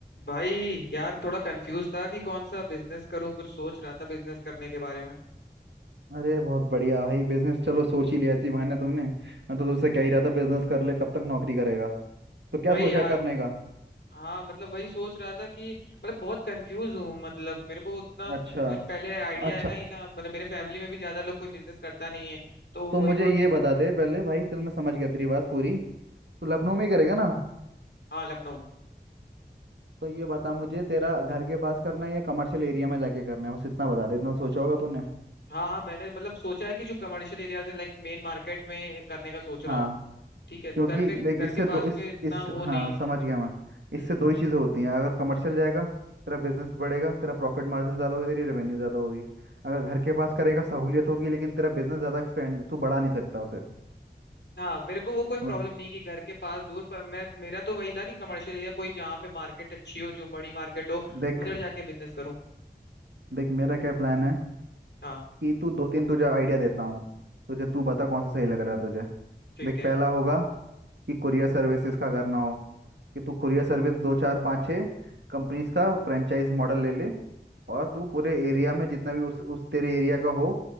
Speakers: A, on the left; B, on the right.
A: भाई यार थोड़ा कंफ्यूज था कि कौन सा बिजनेस करूं कुछ सोच रहा था बिजनेस करने के बारे में
B: अरे बहुत बढ़िया भाई बिजनेस चलो सोच ही लिया इसी बहाने तूने मैं तो तुझसे कह ही रहा था बिजनेस कर ले कब तक नौकरी करेगा तो क्या
A: वही
B: सोचा
A: यार
B: है करने का
A: हाँ मतलब वही सोच रहा था कि मतलब बहुत कंफ्यूज हूँ मतलब मेरे को उतना मतलब
B: अच्छा
A: पहले आइडिया
B: अच्छा
A: है ना ही ना मतलब मेरे फैमिली में भी ज्यादा लोग कोई बिजनेस करता नहीं है तो
B: तो
A: वही
B: मुझे
A: थोड़ा
B: ये बता दे पहले भाई चल मैं समझ गया तेरी बात पूरी तू लखनऊ में ही करेगा ना
A: हाँ लखनऊ में
B: तो ये बता मुझे तेरा घर के पास करना है या कमर्शियल एरिया में जाके करना है बस इतना बता दे इतना सोचा होगा तूने
A: हाँ हाँ मैंने मतलब सोचा है कि जो कमर्शियल एरियाज है लाइक मेन मार्केट में करने का सोच रहा
B: हाँ
A: हूँ ठीक है
B: क्योंकि
A: घर पे
B: देख
A: घर
B: इससे
A: के पास
B: दो इस
A: पे इतना
B: इस
A: वो
B: हाँ
A: नहीं है
B: समझ गया मैं
A: हाँ, हम्म
B: इससे दो ही चीज़ें होती हैं अगर कमर्शियल जाएगा तेरा बिजनेस बढ़ेगा तेरा प्रॉफिट मार्जिन ज़्यादा होगी तेरी रेवेन्यू ज़्यादा होगी अगर घर के पास करेगा सहूलियत होगी लेकिन तेरा बिजनेस ज़्यादा एक्सपेंड तू बढ़ा नहीं सकता उसे
A: हाँ मेरे को वो कोई प्रॉब्लम
B: समझ
A: नहीं कि घर के पास दूर पर मैं मेरा तो वही था कि कमर्शियल एरिया कोई जहाँ पे मार्केट अच्छी हो जो बड़ी मार्केट हो
B: देख
A: उधर जाके बिजनेस करूँ
B: देख मेरा क्या प्लान है
A: हाँ
B: कि तू दो तीन तुझे आइडिया देता हूँ तुझे तू बता कौन सा सही लग रहा है तुझे
A: ठीक
B: देख
A: है
B: पहला होगा कि कुरियर सर्विसेज का करना हो कि तू कुरियर सर्विस दो चार पाँच छः कंपनीज का फ्रेंचाइज मॉडल ले ले और तू पूरे एरिया में जितना भी उस उस तेरे एरिया का हो